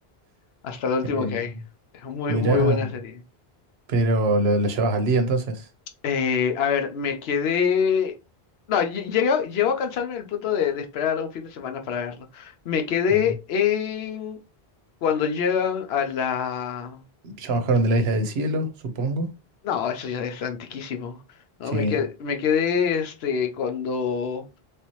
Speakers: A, on the left; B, on the right.
A: hasta el último
B: Eh,
A: que hay. Es muy,
B: mira,
A: muy buena serie.
B: pero lo, lo llevas al día entonces.
A: Eh, a ver, me quedé. No, lle- llego llegó a cansarme en el punto de, de esperar a un fin de semana para verlo. Me quedé
B: Ah,
A: en cuando llegan a la.
B: Ya bajaron de la Isla del Cielo, supongo.
A: No, eso ya es antiquísimo. No,
B: Sí.
A: me quedé, me quedé este cuando